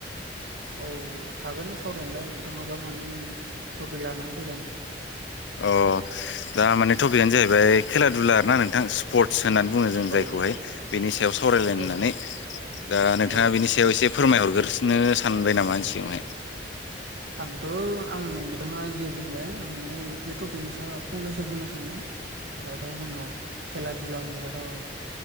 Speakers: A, on the right; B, on the left.
A: औ हागोन सावरायनोलाय बिथाङाबा मानि थटपि लानानै फैदों।
B: अ दा माने थपिकआनो जाहैबाय खेला धुला आरोना नोंथां। स्पर्टस होननानै बुङो जों
A: औ
B: जायखौहाय बेनि सायाव सावरायलायनो
A: औ
B: होननानै दा नोंथाङा
A: औ
B: बेनि सायाव एसे फोरमाय हरग्रसिनो सानबाय नामानि सिगांवहाय
A: ब <inaudible> आंथ' आं बिथाङा जे बुंबाय आं माने बे टपिकनि सायाव फंनैसो बुंनो सानदों। दाथ' जोंना खेला दुला होनोबाथ'